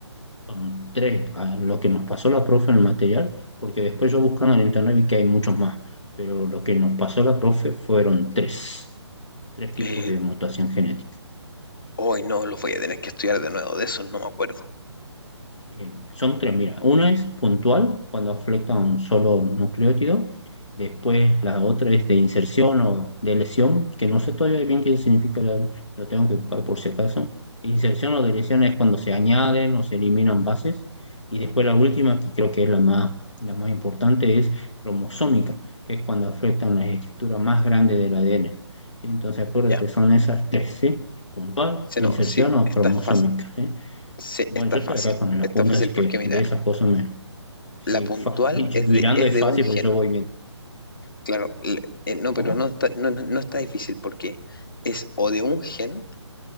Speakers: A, on the left; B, on the left.
A: Son tres, a lo que nos pasó la profe en el material, porque después yo buscando en internet vi que hay muchos más, pero lo que nos pasó la profe fueron tres, tres tipos
B: Eh,
A: de mutación genética.
B: hoy no, los voy a tener que estudiar de nuevo, de esos no me acuerdo.
A: Bien, son tres, mira. Una es puntual, cuando afecta a un solo nucleótido. Después la otra es de inserción o de lesión, que no sé todavía bien qué significa, ya lo tengo que buscar por si acaso. Inserción o de lesión es cuando se añaden o se eliminan bases. Y después la última, que creo que es la más, la más importante, es cromosómica, que es cuando afectan las estructuras más grandes del ADN. ¿sí? Entonces acuérdate,
B: Ya,
A: son esas tres, ¿sí? Puntual,
B: sí,
A: inserción
B: no, sí,
A: o
B: está
A: cromosómica,
B: fácil,
A: ¿sí?
B: sí,
A: Bueno,
B: está
A: yo estoy
B: fácil,
A: acá con el apunte,
B: está fácil
A: así que
B: porque mira,
A: de esas cosas me... Sí,
B: la puntual
A: fa- <laughs>
B: es
A: mirando
B: de, es
A: es
B: de
A: fácil
B: un gen,
A: porque yo voy viendo.
B: claro, l- eh, no,
A: ¿Cómo?
B: pero no está, no, no no está difícil porque es o de un gen,